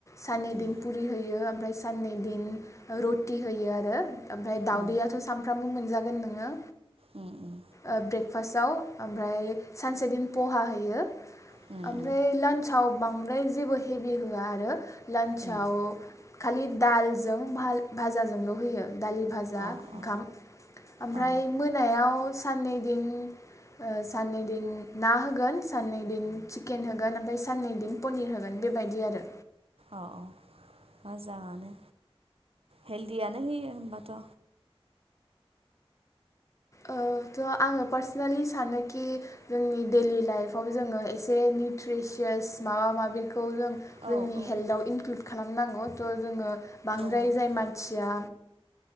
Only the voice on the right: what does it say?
उम
उम
उम उम।
उम
उम
अ अ
अ
अ अ मोजाङानो हेल्दियानो होयो होमबाथ'।
औ
औ
औ